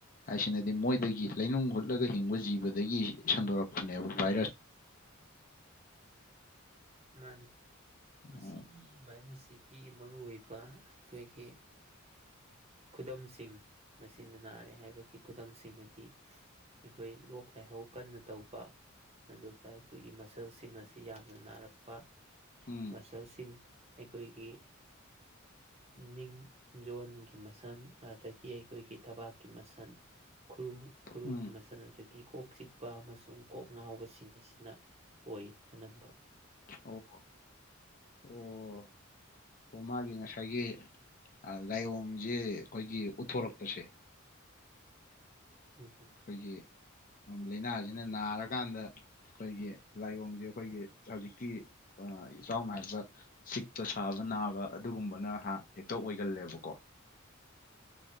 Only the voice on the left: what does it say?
ꯍꯥꯏꯁꯤꯅꯗꯤ ꯃꯣꯏꯗꯒꯤ ꯂꯩꯅꯨꯡ ꯍꯨꯠꯂꯒ ꯍꯤꯡꯕ ꯖꯤꯕꯗꯒꯤ ꯁꯟꯗꯣꯔꯛꯄꯅꯦꯕ ꯚꯥꯏꯔꯁ
ꯎꯝ
ꯎꯝ
ꯎꯝ
ꯑꯣ ꯑꯣ ꯑꯣ ꯃꯥꯒꯤ ꯉꯁꯥꯏꯒꯤ ꯂꯥꯏꯑꯣꯡꯁꯦ ꯑꯩꯈꯣꯏꯒꯤ ꯎꯠꯊꯣꯔꯛꯄꯁꯦ
ꯑꯩꯈꯣꯏꯒꯤ ꯂꯥꯏꯅꯥꯁꯤꯅ ꯅꯥꯔꯀꯥꯟꯗ ꯑꯩꯈꯣꯏꯒꯤ ꯂꯥꯏꯑꯣꯡꯁꯦ ꯑꯩꯈꯣꯏꯒꯤ ꯍꯧꯖꯤꯛ ꯀ ꯑ ꯆꯥꯎꯥꯎꯅ ꯍꯥꯏ ꯁꯤ ꯛꯇ ꯁꯥꯕ ꯅꯥꯕ ꯑꯗꯨꯒꯨꯝꯕꯅꯍ ꯍꯦꯛꯇ ꯑꯣꯏꯒꯜꯂꯦꯕꯀꯣ